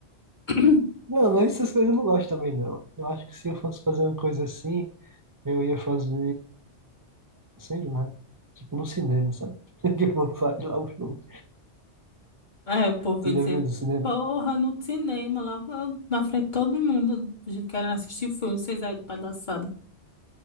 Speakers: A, on the left (about 40°); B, on the right (about 25°).
A: <clears throat>
B: Não, mas essas coisas eu não gosto também, não. Eu acho que se eu fosse fazer uma coisa assim, eu ia fazer, sei lá, tipo no cinema, sabe? <laughs> Tipo, faz lá o filme.
A: É, o povo
B: Você
A: ia
B: já
A: dizer,
B: viu no cinema?
A: porra, no cinema, lá na frente de todo mundo, a gente querendo assistir o filme, vocês aí de palhaçada.